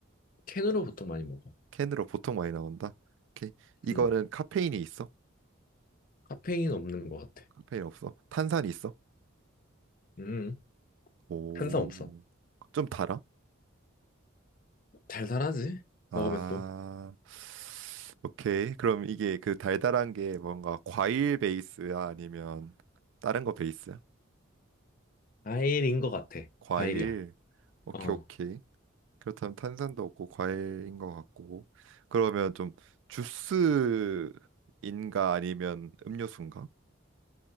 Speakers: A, on the left; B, on the right.
A: 캔으로 보통 많이 먹어.
B: 캔으로 보통 많이 나온다. 오케이. 이거는
A: 음.
B: 카페인이 있어?
A: 카페인 없는 거 같아.
B: 카페인 없어? 탄산이 있어?
A: 음.
B: 오,
A: 탄산 없어.
B: 좀 달아?
A: 달달하지?
B: 아,
A: 먹으면 또.
B: 오케이. 그럼 이게 그 달달한 게 뭔가 과일 베이스야? 아니면 다른 거 베이스야?
A: 과일인 거 같아.
B: 과일.
A: 과일이야.
B: 오케이,
A: 어.
B: 오케이. 그렇다면 탄산도 없고 과일인 것 같고. 그러면 좀 주스인가 아니면 음료수인가?